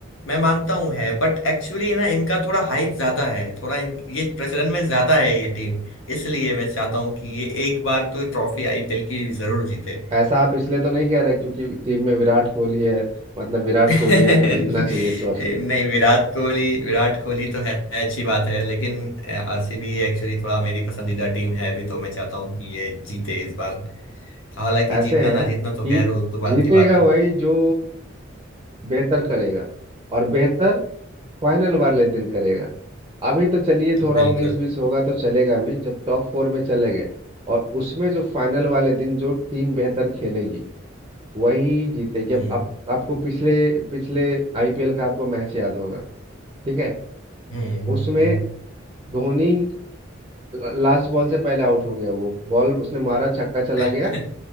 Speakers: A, on the left; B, on the right.
A: मैं मानता हूँ है बट एक्चुअली ना इनका थोड़ा हाइप ज्यादा है थोड़ा इन, ये प्रचलन में ज्यादा है ये टीम इसलिए मैं चाहता हूँ कि ये एक बार तो ट्रॉफी आईपीएल की जरूर जीते
B: ऐसा आप इसलिए तो नहीं कह रहे क्योंकि टीम में विराट कोहली है मतलब विराट
A: <laughs> नहीं
B: कोहली है तो जीतना चाहिए ट्रॉफी
A: विराट कोहली विराट कोहली तो है अच्छी बात है लेकिन आरसीबी एक्चुअली थोड़ा मेरी पसंदीदा टीम है भी तो मैं चाहता हूँ कि ये जीते इस बार हालांकि
B: ऐसे
A: जीतना
B: है
A: ना
B: कि
A: जीतना तो खैर वो तो बात
B: जीतेगा
A: की बात है
B: वही जो बेहतर करेगा और बेहतर फाइनल वाले दिन करेगा अभी तो चलिए थोड़ा
A: बिल्कुल
B: उन्नीस बीस होगा तो चलेगा भी जब टॉप फोर में चले गए और उसमें जो फाइनल वाले दिन जो टीम बेहतर खेलेगी वही जीतेगी अब
A: हम्म
B: आप, आपको पिछले पिछले आईपीएल का आपको मैच याद होगा ठीक है
A: हम्म हम्म
B: उसमें
A: हम्म।
B: धोनी लास्ट बॉल से पहले आउट हो गया वो बॉल उसने मारा छक्का चला
A: <laughs>
B: गया